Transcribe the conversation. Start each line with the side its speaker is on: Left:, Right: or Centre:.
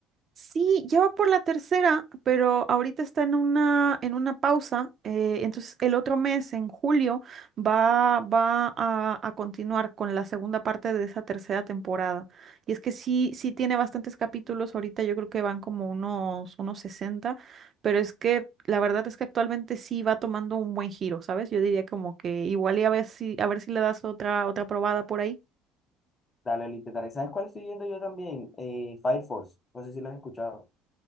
Right: Sí, ya va por la tercera, pero ahorita está en una, en una pausa. eh, entonces el otro mes, en julio, va, va a, a continuar con la segunda parte de esa tercera temporada. Y es que sí, sí tiene bastantes capítulos. Ahorita yo creo que van como unos, unos 60, pero es que la verdad es que actualmente sí va tomando un buen giro, ¿sabes? Yo diría como que igual y a ver si, a ver si le das otra, otra probada por ahí.
Left: Dale, literal. ¿Sabes cuál estoy viendo yo también? Eh, Fire Force. No sé si la has escuchado.